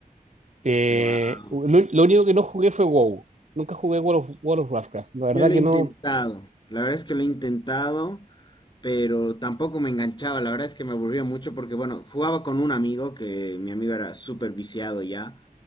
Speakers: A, on the right (about 50°); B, on the left (about 30°).
A: eh,
B: Wow.
A: lo, lo único que no jugué fue WoW. Nunca jugué World of, World of Warcraft. La verdad
B: Yo lo
A: que
B: he intentado.
A: no,
B: La verdad es que lo he intentado. pero tampoco me enganchaba, la verdad es que me aburría mucho porque, bueno, jugaba con un amigo que mi amigo era súper viciado ya,